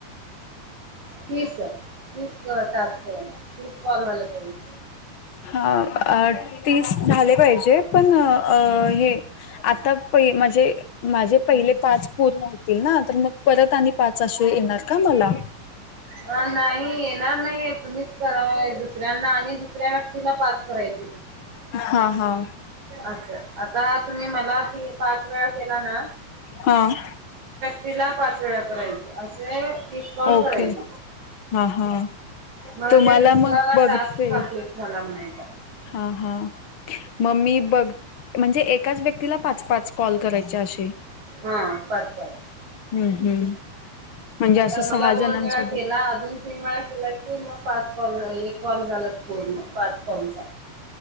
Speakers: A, on the right; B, on the left.
A: तीस तीस टाक तीस कॉल झाले पाहिजे.
B: हा तीस झाले पाहिजे पण हे. आता प म्हणजे माझे पहिले पाच पूर्ण होतील ना तर मग परत आणि पाच अशे येणार का मला
A: अ नाही येणार नाहीय तुम्हीच करावाय दुसऱ्यांना आणि दुसऱ्या व्यक्तीला पास करायचां.
B: हा हा.
A: अच्छा आता तुम्ही मला त पाच वेळा केला ना.
B: हम.
A: तिला पाच वेळा करायची असे तीस कॉल करायची.
B: ओके हा हा.
A: मग
B: तुम्हाला
A: ते तुमचा
B: मग बघते
A: टास्क कंप्लीट झाला म्हनायचा.
B: हा हा मम्मी बघ. म्हणजे एकाच व्यक्तीला पाच पाच कॉल करायचे असे.
A: हा पाच पाच.
B: हम्म हम्म. म्हणजे
A: आता
B: असं सहा
A: मला दोन
B: जणांसोबत
A: वेळा केला अजून तीनवेळा केला की मग पाच कॉल एक कॉल झाला बोलण पाच कॉलचा